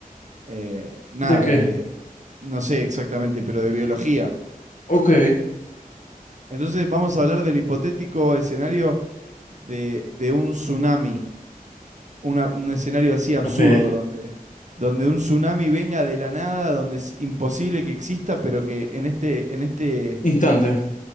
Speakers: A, on the right; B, on the left.
A: eh, nada,
B: ¿De qué?
A: de, no sé exactamente, pero de biología.
B: Ok,
A: Entonces vamos a hablar del hipotético escenario de, de un tsunami, una- un escenario así absurdo,
B: ok.
A: donde, donde un tsunami venga de la nada, donde es imposible que exista, pero que en este, en este,
B: Instante.